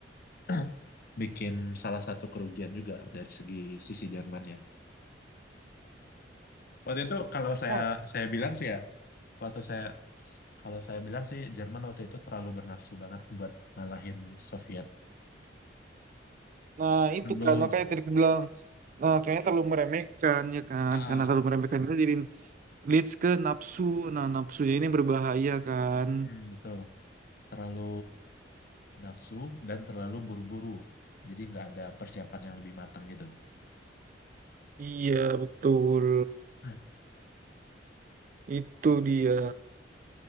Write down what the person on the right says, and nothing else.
Mar-
Nah itu
kan, makanya tadi aku bilang Nah, kayaknya terlalu meremehkan ya kan,
karena terlalu meremehkan itu jadi leads ke nafsu. Nah, nafsunya ini berbahaya kan.
Iya, betul.
Itu dia.